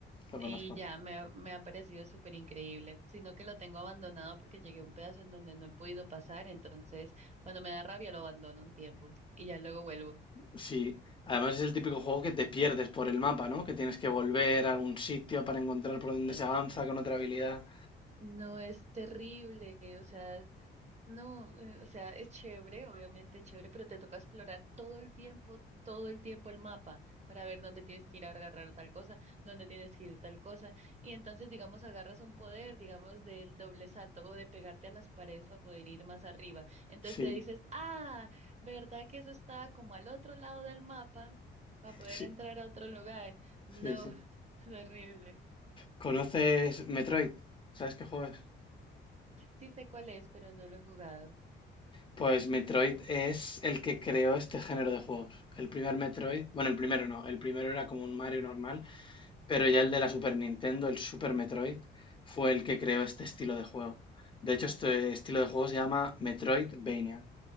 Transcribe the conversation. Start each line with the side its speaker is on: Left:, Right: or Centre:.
Left: Lo
Right: Y
Left: conozco.
Right: ya me, ha- me ha parecido súper increíble, sino que lo tengo abandonado porque llegué a un pedazo en donde no he podido pasar, entonces cuando me da rabia lo abandono un tiempo y ya luego vuelvo.
Left: Sí, además es el típico juego que te pierdes por el mapa, ¿no? Que tienes que volver a algún sitio para encontrar por dónde
Right: Ah,
Left: se avanza con otra habilidad.
Right: No, es terrible, o sea, No, eh, o sea, es chévere, obviamente es chévere, pero te toca explorar todo el tiempo, todo el tiempo el mapa para ver dónde tienes que ir a agarrar tal cosa, dónde tienes que ir tal cosa. Y entonces, digamos, agarras un poder, digamos, del doble salto o de pegarte a las paredes para poder ir más arriba. Entonces
Left: Sí,
Right: te dices, ah, ¿verdad que eso está como al otro lado del mapa para poder
Left: sí,
Right: entrar a otro lugar? No,
Left: sí, sí.
Right: <laughs> es horrible.
Left: ¿Conoces Metroid? ¿Sabes qué juego es?
Right: Sí sé cuál es, pero no lo he jugado.
Left: Pues Metroid es el que creó este género de juegos. El primer Metroid, bueno, el primero no, el primero era como un Mario normal, pero ya el de la Super Nintendo, el Super Metroid, fue el que creó este estilo de juego. De hecho, este estilo de juego se llama Metroidvania.